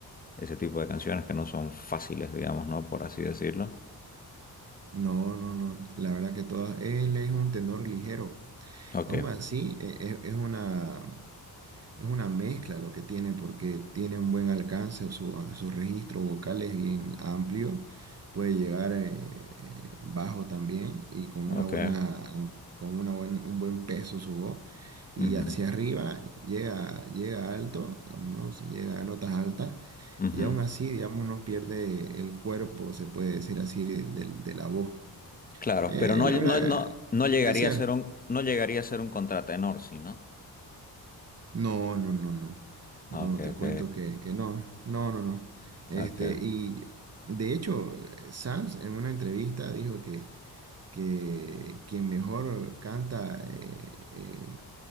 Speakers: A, on the left (about 20°); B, on the right (about 40°).
A: ese tipo de canciones que no son fáciles, digamos, ¿no? Por así decirlo.
B: No, no, no, la verdad que todas, él es un tenor ligero.
A: Ok,
B: Aún así, e- e- es, una, Es una mezcla lo que tiene porque tiene un buen alcance, su, su registro vocal es bien amplio, puede llegar eh, eh, bajo también y con
A: ok.
B: una buena, con una buen, un buen peso su voz. Y
A: Ujú,
B: hacia arriba llega, llega alto, digamos, ¿no? Se Llega a notas altas
A: ujú.
B: y aún así, digamos, no pierde el cuerpo, se puede decir así, de, de la voz.
A: Claro,
B: Eh,
A: pero no,
B: la
A: no,
B: verdad,
A: no, no llegaría
B: especial.
A: a ser un, no llegaría a ser un contratenor, ¿sí, no?
B: No, no, no, no.
A: Ah,
B: No,
A: Ok,
B: te
A: ok,
B: cuento que, que no, no, no, no. Este,
A: ok.
B: y de hecho, eh, Sanz en una entrevista dijo que, que quien mejor canta eh, eh,